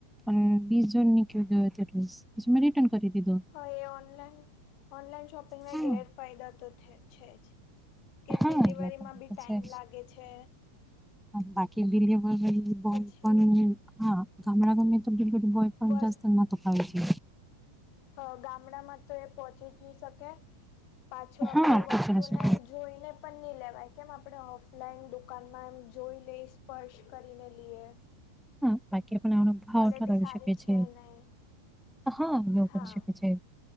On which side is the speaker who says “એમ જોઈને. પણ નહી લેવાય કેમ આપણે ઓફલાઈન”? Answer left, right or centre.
Left